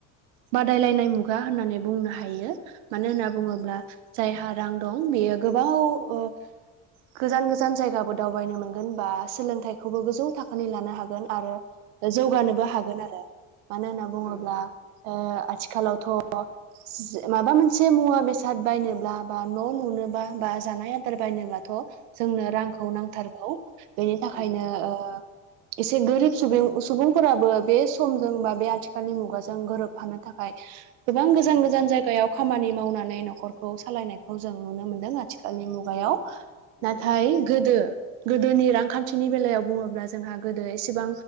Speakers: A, on the right; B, on the left.
A: बादायलायनाय मुगा होननानै बुंनो हायो। मानो होनना बुङोब्ला
B: औ
A: जायहा रां दं बेयो गोबां ओ गोजान गोजान जायगाबो दावबायनो मोनगोन बा सोलोंथाइखौबो गोजौ थाखोनि लानो हागोन आरो जौगानोबो
B: औ
A: हागोन आर। ो मानो होनना बुङोब्ला
B: औ
A: ओ आथिखालावथ' माबा मोनसे मुवा बेसाद बायनोब्ला बा न' लुनोबा बा जानाय आदार बायनोब्लाथ' जोंनो रांखौ नांथारगौ। बेनि थाखायनो
B: औ
A: ओ एसे गोरिब सुबुं सुबुंफोराबो बे समजों बा बे आथिखालनि मुगाजों गोरोबफानो थाखाय गोबां गोजान
B: औ
A: गोजान जायगायाव खामानि मावनानै नखरखौ सालायनायखौ जों नुनो मोनदों आ थिखालनि मुगायाव।
B: औ नंगौ
A: नाथाय गोदो गोदोनि रांखान्थिनि बेलायाव बुङोब्ला जोंहा गोदो एसेबां